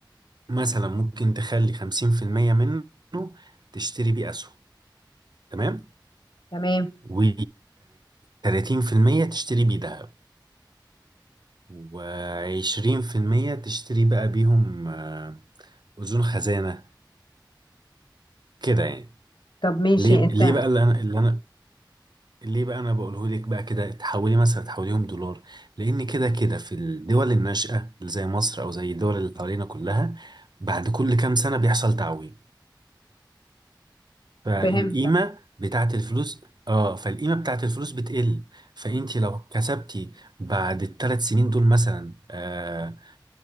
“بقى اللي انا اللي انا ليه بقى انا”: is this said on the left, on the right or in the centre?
Right